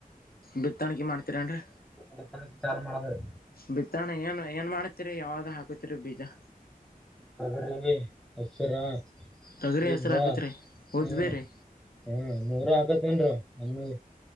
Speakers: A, on the left; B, in the centre.
A: ಬಿತ್ತಾಣಕಿ ಮಾಡ್ತೀರೇನ್ ರೀ
B: ಬಿತ್ತನೆ ಚಾಲೂ ಮಾಡೋದರಿ
A: ಬಿತ್ತಣ ಏನ್ ಏನ್ ಮಾಡತಿರಿ ಯಾವ್ದ ಹಾಕತಿರಿ ಬೀಜಾ
B: ತೊಗರಿ, ಹೆಸರಾ,
A: ತೊಗರಿ
B: ಉದ್ದಾ
A: ಹೆಸರು ಹಾಕತ್ರಿ ಉದ್ಬೇರಿ
B: ಹ್ಮ ಹ್ಮ ಮೂರ ಹಾಕತ್ತನ್ರ ಹಮ್ಮ